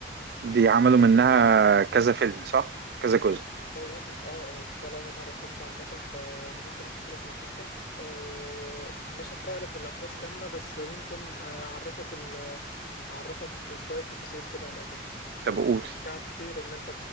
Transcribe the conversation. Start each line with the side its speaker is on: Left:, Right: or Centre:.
Right: دي عملوا
Left: آه،
Right: منها كذا فيلم صح كذا جزء
Left: آه، يا نهار اه اه انت لو ما تعرفهمش عامة فانا ممكن احكي لك القصة آه، مش هحرق لك الاحداث كاملة بس ممكن آه، اعرفك ال اعرفك شوية تفاصيل كده هتعجبك تمام
Right: طب قول
Left: تشجعك كتير ان انت